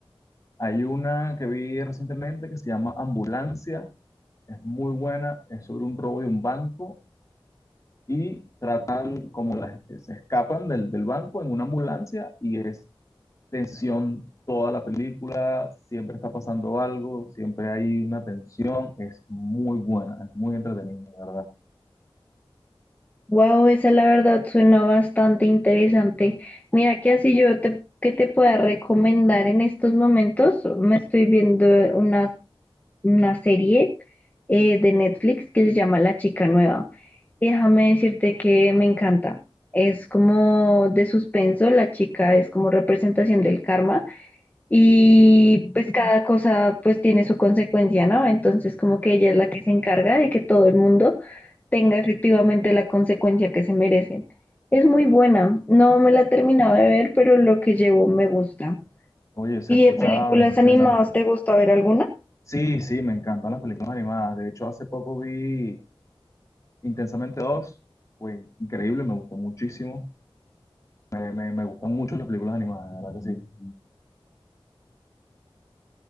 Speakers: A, on the left (about 35°); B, on the left (about 15°).
A: hay una que vi recientemente que se llama Ambulancia, es muy buena, es sobre un robo de un banco y tratan como las, se escapan del, del banco en una ambulancia y es tensión toda la película, siempre está pasando algo, siempre hay una tensión, es muy buena, es muy entretenida, de verdad.
B: Wow, esa la verdad suena bastante interesante. Mira que así yo te, que te pueda recomendar en estos momentos, me estoy viendo una, una serie eh, de Netflix que se llama La Chica Nueva. Y déjame decirte que me encanta. Es como de suspenso, la chica es como representación del karma y pues cada cosa pues tiene su consecuencia, ¿no? Entonces como que ella es la que se encarga de que todo el mundo tenga efectivamente la consecuencia que se merecen. Es muy buena, no me la terminaba de ver, pero lo que llevo me gusta.
A: Oye, se
B: ¿Y
A: escucha
B: de películas
A: interesante.
B: animadas te gusta ver alguna?
A: Sí, sí, me encantan las películas animadas. De hecho, hace poco vi Intensamente dos, Fue increíble, me gustó muchísimo. Me, me- me gustan mucho las películas animadas, de verdad que sí.